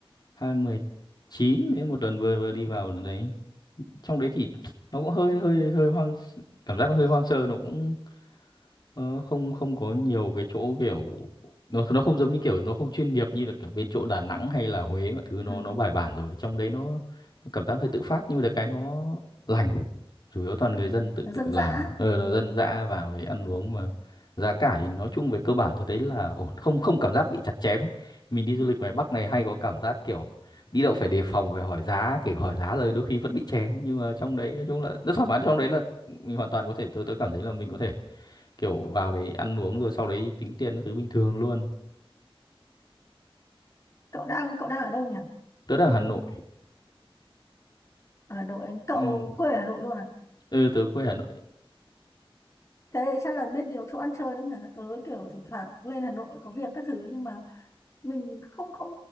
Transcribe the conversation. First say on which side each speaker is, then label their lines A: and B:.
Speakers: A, on the left; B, on the left.
A: hai mười chín, đấy, một lần vừa vừa đi vào đấy. Trong đấy thì nó cũng hơi hơi hơi hoang, cảm giác nó hơi hoang sơ, nó cũng ờ, không không có nhiều cái chỗ kiểu nó nó không giống như kiểu nó không chuyên nghiệp như là kiểu bên chỗ Đà Nẵng hay là Huế mọi thứ nó
B: Ừ.
A: nó bài bản rồi. Trong đấy nó, nó cảm giác hơi tự phát nhưng mà được cái nó lành chủ yếu toàn người dân tự
B: Nó
A: tự
B: dân
A: làm
B: dã.
A: ờ là dân dã vào đấy ăn uống mà giá cả thì nói chung về cơ bản tôi thấy là ổn không không cảm giác bị chặt chém ấy. mình đi du lịch ngoài Bắc này hay có cảm giác kiểu đi đâu phải đề phòng phải hỏi giá kể cả hỏi giá rồi đôi khi vẫn bị chém nhưng mà trong đấy nói chung là rất thoải mái trong đấy là mình hoàn toàn có thể tôi tôi cảm thấy là mình có thể kiểu vào đấy ăn uống rồi sau đấy tính tiền các thứ bình thường luôn
B: Cậu đang cậu đang ở đâu nhỉ?
A: tớ đang ở Hà Nội
B: Ở Hà Nội, cậu
A: ừ,
B: quê ở Hà Nội luôn à?
A: ừ tớ quê Hà Nội
B: thế chắc là biết nhiều chỗ ăn chơi lắm hả tớ kiểu thỉnh thoảng cũng lên Hà Nội có việc các thứ nhưng mà mình không không